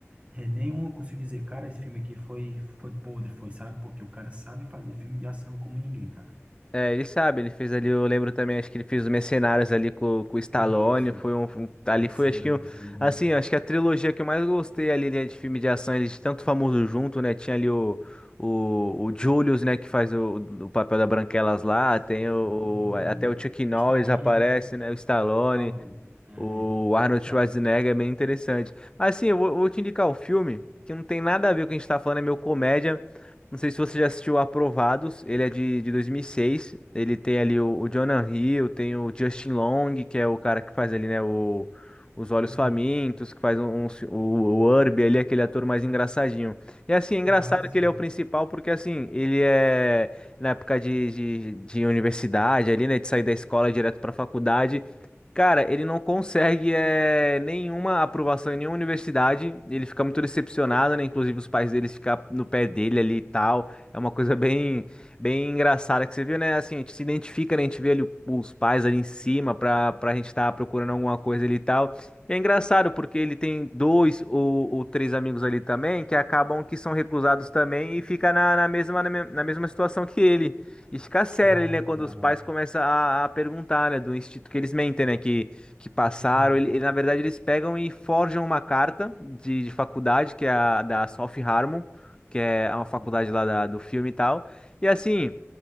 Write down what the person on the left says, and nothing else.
É, ele sabe, ele fez ali, eu lembro também, acho que ele fez os Mercenários ali com, com o Stallone,
foi um, um- ali
foi, acho que, um-
assim, acho que a trilogia que eu mais gostei ali, né, de filme de ação, eles tanto famoso junto, né, tinha ali o, o, o Julius, né, que faz o, o papel da Branquelas lá,
tem o, o- até o Chuck Norris
aparece,
né, o Stallone,
o
Arnold
Schwarzenegger é bem interessante. Mas sim, eu vou, vou te indicar um filme que não tem nada a ver com o que a gente tá falando, é meu comédia. Não sei se você já assistiu Aprovados, ele é de, de 2006. Ele tem ali o, o Jonah Hill, tem o Justin Long, que é o cara que faz ali, né, o, Os Olhos
Famintos, que faz um, um ci- o, o Urbe ali, aquele ator mais engraçadinho. E assim, é engraçado
que ele é o principal, porque assim, ele é na época de, de, de universidade ali, né, de sair da escola direto pra faculdade. Cara, ele não consegue eh, nenhuma aprovação em nenhuma universidade. Ele fica muito decepcionado, né? Inclusive os pais dele ficam no pé dele ali e tal. É uma coisa bem, bem engraçada que você viu, né? Assim, a gente se identifica, né? A gente vê ali o- os pais ali em cima pra, pra gente estar procurando alguma coisa ali e tal. E é engraçado porque ele tem dois ou, ou três amigos ali também que acabam que são recusados também e fica na, na mesma, na me- na mesma situação que ele isso fica sério
ali, né? Quando
os pais começam a, a perguntar, né? Do instituto que eles mentem, né? Que, que passaram.
Ele, ele- na verdade, eles pegam e forjam uma carta de, de faculdade, que é a da South Harmon, que é uma faculdade
lá da- do filme e tal. E assim,